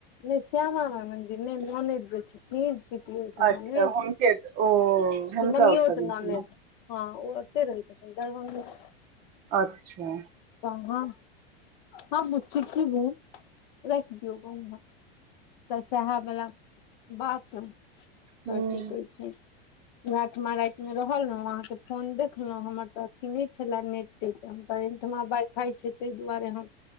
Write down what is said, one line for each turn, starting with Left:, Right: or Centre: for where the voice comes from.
Left: नय श्यामा माय मन्दिर नय ननैद जे छथिन पितियौत
Right: अच्छा
Left: ननैद
Right: हुनके ओ
Left: अथी
Right: हुनका
Left: मम्मीओत
Right: ओतऽ गेलखिन
Left: ननैद हँ ओ ओते रहै छथिन दरभंगे मऽ
Right: अच्छऽ
Left: कहाँ हँ बुच्ची की भेल राइख दियो ग उम्हर तऽ सेहा बला बात अ तऽ
Right: हूं
Left: की कहै छै ओहै ठुमा राइत मे रहल रहूँ अहाँकेँ फोन देखलहुँ हमर तऽ अथी नय छलै नेट टेट हम कहे ओयठमा वाइ फाइ छै तैय दुआरे हम